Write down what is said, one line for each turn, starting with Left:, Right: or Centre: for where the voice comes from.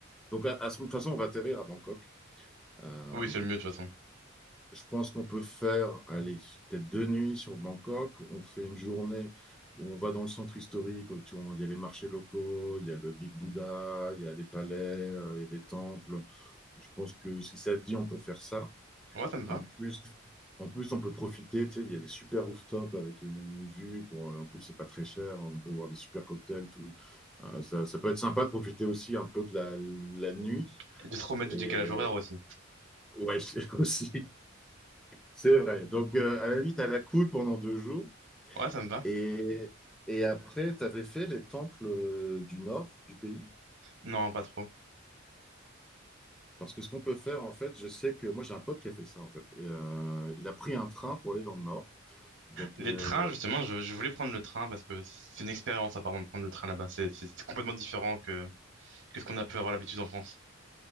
Centre: donc, à, à ce- de toute façon, on va atterrir à Bangkok. Euh,
Right: Oui c'est le mieux de toute façon.
Centre: Je pense qu'on peut faire, allez, peut-être deux nuits sur Bangkok. On fait une journée où on va dans le centre historique. où tu vois, il y a les marchés locaux, il y a le Big Buddha, il y a des palais, euh, il y a des temples. Je pense que si ça te dit, on peut faire ça.
Right: Ouais ça me va.
Centre: En plus, en plus on peut profiter. Tu sais, il y a des super rooftops avec une vue. Pour, euh, en plus, c'est pas très cher. On peut boire des super cocktails. Tout. Euh, ça, ça peut être sympa de profiter aussi un peu de la, la nuit.
Right: Et de se remettre du
Centre: Et
Right: décalage horaire aussi.
Centre: ouais, <laughs> aussi. C'est vrai. Donc, euh, à la limite, à la cool pendant deux jours.
Right: Ouais ça me va.
Centre: Et, et après, tu avais fait les temples euh, du nord du pays.
Right: Non pas trop.
Centre: Parce que ce qu'on peut faire, en fait, je sais que moi, j'ai un pote qui a fait ça, en fait. Et euh, il a pris un train pour aller dans le nord. Donc,
Right: Les
Centre: euh,
Right: trains, justement,
Centre: et-
Right: je, je voulais prendre le train parce que c'est une expérience apparemment de prendre le train là-bas. C'est c'est- c'est complètement différent que qu'est-ce qu'on a pu avoir l'habitude en France.